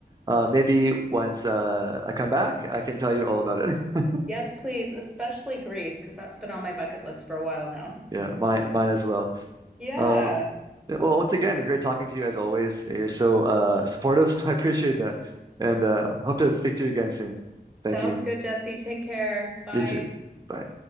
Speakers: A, on the right; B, in the centre.
A: uh, maybe once uh, I come back, I can tell you all about it. <laughs>
B: Yes, please, especially Greece, because that's been on my bucket list for a while now.
A: Yeah, mine mine as well.
B: Yeah.
A: Um, yeah, well, once again, great talking to you as always. You're so uh, supportive, <laughs> so I appreciate that, and uh, hope to speak to you again soon.
B: Sounds
A: Thank you.
B: good, Jesse. Take care. Bye.
A: You too. Bye.